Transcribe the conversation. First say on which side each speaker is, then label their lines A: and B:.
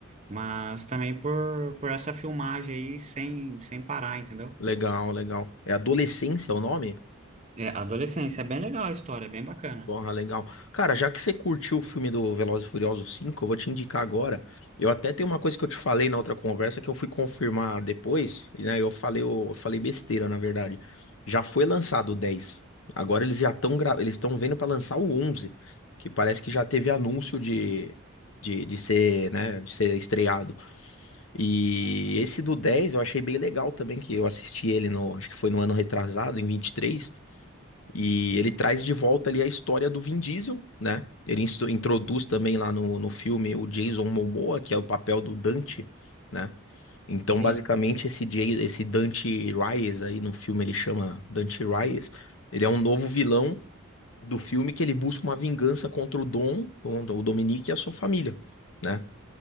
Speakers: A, on the right; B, on the left.
A: Mas também por, por essa filmagem aí sem, sem parar, entendeu?
B: Legal, legal. É Adolescência o nome?
A: É, adolescência, é bem legal a história, é bem bacana.
B: Porra, legal. Cara, já que você curtiu o filme do Velozes e Furiosos 5 eu vou te indicar agora. Eu até tenho uma coisa que eu te falei na outra conversa que eu fui confirmar depois, e, né? Eu falei, eu falei besteira, na verdade. Já foi lançado o dez Agora eles já estão gra... eles estão vendo pra lançar o onze que parece que já teve anúncio de de, de ser, né, de ser estreado. E esse do 10 eu achei bem legal também que eu assisti ele no, acho que foi no ano retrasado, em vinte e três e ele traz de volta ali a história do Vin Diesel, né? Ele insto- introduz também lá no, no filme o Jason Momoa, que é o papel do Dante, né? Então,
A: Sim.
B: basicamente, esse, Jay- esse Dante Reyes aí no filme, ele chama Dante Reyes, ele é um novo vilão do filme que ele busca uma vingança contra o Dom, o Dominique e a sua família, né?